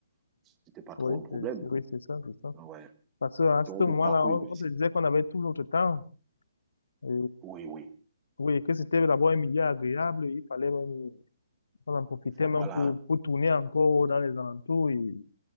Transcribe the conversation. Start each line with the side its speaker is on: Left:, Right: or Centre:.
Right: c'était pas trop
Left: Oui,
Right: un problème.
Left: c'est c'est- oui, c'est ça, c'est ça.
Right: Ah Ouais.
Left: Parce qu'à ce
Right: Donc,
Left: moment-là,
Right: mon parcours
Left: on,
Right: universitaire,
Left: on te disait qu'on avait tout notre temps. Et
Right: oui, oui.
Left: Oui, que c'était d'abord un milieu agréable, il fallait même, on en profitait
Right: Voilà,
Left: même pour, pour tourner encore dans les alentours et